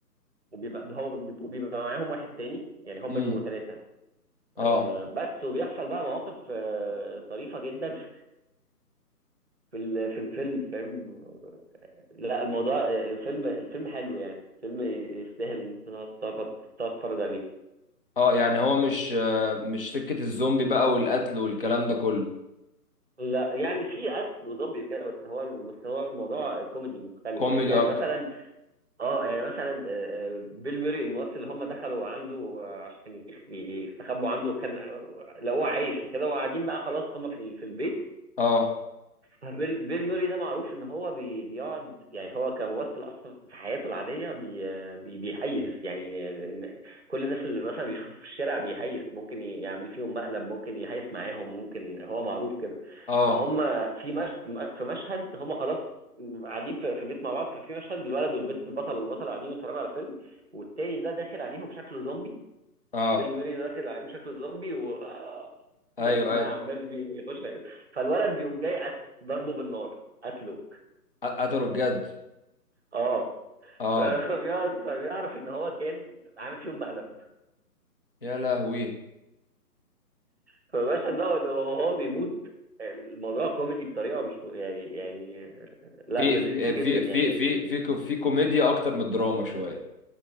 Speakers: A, on the right; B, on the left.
A: وبيبقى هو بيبقوا بيبقى معاهم واحد تاني يعني هم
B: امم
A: بيبقوا ثلاثة
B: اه
A: آه، بس وبيحصل بقى مواقف آه، طريفة جدا <laughs> في ال- في الفيلم فاهم لا الموضوع آه، الفيلم الفيلم حلو يعني فيلم يستاهل ان انت تقعد تقعد- تقعد تتفرج عليه
B: اه يعني هو مش آه مش سكة الزومبي بقى والقتل والكلام ده كله
A: لا يعني في قتل وزومبي وكده بس هو بس هو الموضوع كوميدي مختلف
B: كوميدي
A: يعني يعني
B: اكتر
A: مثلا اه يعني مثلا آه، آه، بيل ميري الممثل اللي هم دخلوا عنده آه، عشان يخ- يستخبوا عنده كان لقوه عايش وكده وقاعدين بقى خلاص هم في ال- في البيت
B: اه
A: بيل, بيل موري ده معروف ان هو بي بيقعد يعني هو كممثل اصلا في حياته العاديه بي بي بيهيس يعني إن- كل الناس اللي مثلا بيشوفه في الشارع بيهيس ممكن يعمل فيهم مقلب ممكن يهيس معاهم ممكن هو معروف كده
B: اه
A: فهم في مش في مشهد هم خلاص قاعدين في في البيت مع بعض ففي مشهد الولد والبنت البطل والبطل قاعدين يتفرجوا على فيلم والتاني ده داخل عليهم شكله زومبي
B: اه
A: بيل موري داخل عليهم شكله زومبي و آه، في
B: ايوه
A: الاخر بقى
B: ايوه
A: عمال بيخش عليه. فالولد بيقوم جاي قت- ضربه بالنار قتله
B: ق- قتلوا بجد
A: اه
B: اه
A: فلما بيقعد فبيعرف ان هو كان عامل فيهم مقلب
B: يا لهوي
A: فباشا ده وهو بيموت الموضوع كوميدي بطريقه مش يعني يعني آه، لا
B: في
A: لذيذ
B: في في
A: جدا يعني
B: في
A: اه
B: في في, في كوميديا اكتر من الدراما شوية